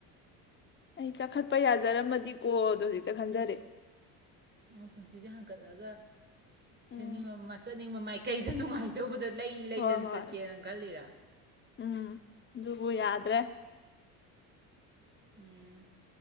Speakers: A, on the left; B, on the right.
A: ꯑꯩ ꯆꯈꯠꯄ ꯌꯥꯖꯔꯝꯃꯗꯤꯀꯣ ꯑꯗꯣ ꯍꯧꯖꯤꯛꯇ ꯈꯟꯖꯔꯦ
B: ꯎꯝ ꯄꯨꯟꯁꯤꯁꯦ ꯍꯥꯡꯀꯠꯂꯒ ꯁ‌ꯦꯝꯅꯤꯡꯕ
A: ꯎꯝ
B: ꯃꯆꯠ ꯅꯤꯡꯕ ꯃꯥꯏ ꯀꯩꯗ ꯅꯨꯡꯉꯥꯏꯇꯧꯕꯗ ꯂꯩ ꯂꯩꯗꯅ
A: ꯍꯣꯏ ꯍꯣꯏ
B: ꯆꯠꯀꯦꯅ ꯈꯜꯂꯤꯔꯥ
A: ꯎꯝ ꯑꯗꯨꯕꯨ ꯌꯥꯗ꯭ꯔꯦ
B: ꯎꯝ